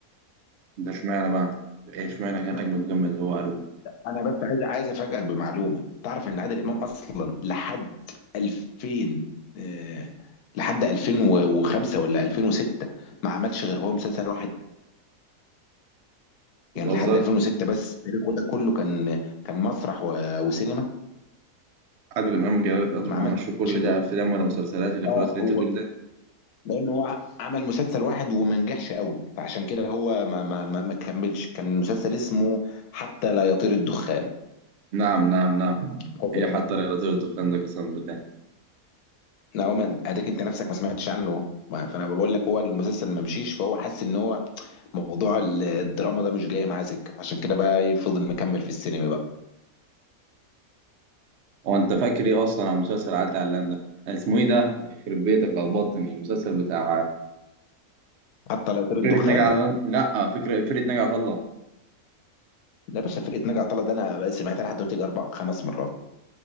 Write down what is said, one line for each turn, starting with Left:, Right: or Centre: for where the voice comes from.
Right: ده اشمعنى بقى إيه اشمعنى كان أجمد وجمد اللي هو قالوه
Left: انا بس عايز عايز افاجئك بمعلومه تعرف ان عادل امام اصلا لحد 2000 آه، لحد 2005 ولا 2006 ما عملش غير هو مسلسل واحد
Right: بتهزر
Left: يعني لحد 2006 بس تاريخه ده كله كان كان مسرح و- وسينما
Right: عادل امام جلالة قدره
Left: ما
Right: ما
Left: عملش
Right: عملش كل
Left: غير
Right: ده افلام ولا مسلسلات اللي
Left: اه
Right: في الوقت اللي
Left: هو
Right: انت بتقول ده
Left: لانه هو ع- عمل مسلسل واحد وما نجحش قوي فعشان كده هو ما ما ما ما كملش كان مسلسل اسمه حتى لا يطير الدخان
Right: نعم نعم نعم
Left: فاكر
Right: ايه حتى الرياضي والدخان ده قسما بالله
Left: هو ما اديك انت نفسك ما سمعتش عنه ما فانا بقول لك هو المسلسل ما مشيش فهو حس ان هو موضوع ال- الدراما ده مش جاي معاه سكه فعشان كده بقى إيه، فضل مكمل في السينما بقى
Right: هو انت فاكر ايه اصلا عن مسلسل عادل علام ده اسمه ايه ده يخرب بيتك لخبطتني المسلسل بتاع
Left: حتى لا يطير الدخان
Right: فرقة ناجي عطا لا فكرة فرقة ناجي عطا الله
Left: ده يا باشا فرقه ناجي عطا الله ده انا بقى سمعتها لحد دلوقتي اربع خمس مرات